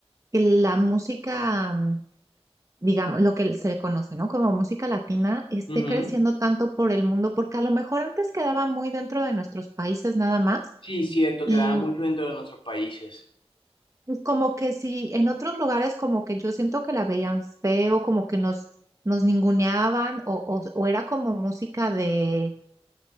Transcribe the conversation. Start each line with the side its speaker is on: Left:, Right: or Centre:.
Right: que la música digamos, lo que se le conoce, ¿no? Como música latina, esté
Left: Ujú.
Right: creciendo tanto por el mundo, porque a lo mejor antes quedaba muy dentro de nuestros países nada más,
Left: Sí, cierto,
Right: y
Left: que gana mucho dentro de nuestros países.
Right: pues como que si en otros lugares como que yo siento que la veían feo, como que nos, nos ninguneaban, o, o, o era como música de